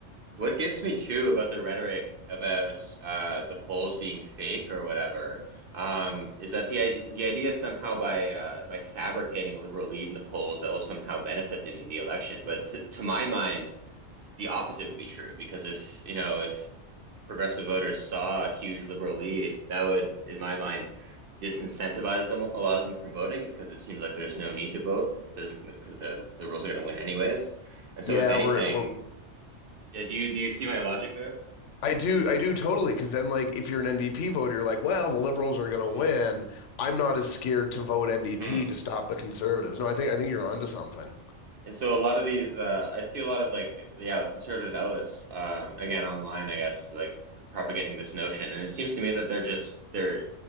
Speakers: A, on the right; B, on the left.
A: what gets me too about the rhetoric about uh, the polls being fake or whatever, um, is that the idea the idea somehow by uh, by fabricating a liberal lead in the polls that will somehow benefit them in the election. But to, to my mind, the opposite would be true because if you know if progressive voters saw a huge liberal lead, that would, in my mind, disincentivize them a lot of them from voting because it seems like there's no need to vote. There's because the liberals are going to win anyways. And so,
B: Yeah,
A: if anything,
B: we're we're
A: yeah, do you do you see my logic there?
B: I do, I do totally. Because then, like, if you're an NDP voter, you're like, well, the liberals are going to win. I'm not as scared to vote NDP
A: hmm
B: to stop the conservatives. No, I think, I think you're onto something.
A: And so a lot of these, uh, I see a lot of like, yeah, conservative outlets, um, again, online, I guess, like propagating this notion. And it seems to me that they're just, they're